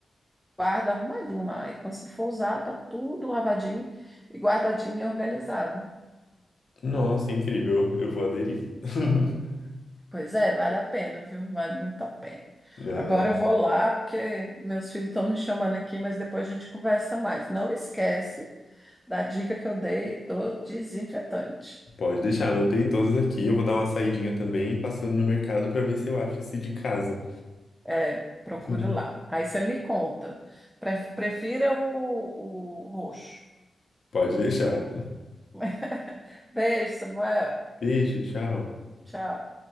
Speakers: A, in the centre; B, on the left.
A: guarda arrumadinho lá. E quando você for usar, tá tudo lavadinho e guardadinho e organizado.
B: Nossa, incrível. Eu vou aderir. <laughs>
A: Pois é, vale a pena, viu? Vale muito a pena.
B: Não,
A: Agora eu vou lá, porque meus filhos estão me chamando aqui, mas depois a gente conversa mais. Não esquece da dica que eu dei do desinfetante.
B: pode deixar, anotei todos aqui. Eu vou dar uma saidinha também e passando no mercado pra ver se eu acho esse de casa.
A: É, procure
B: <laughs>
A: lá. Aí você me conta. Pre- Prefira o, o roxo.
B: Pode deixar.
A: <laughs> Beijo, Samuel.
B: Beijo, tchau.
A: Tchau.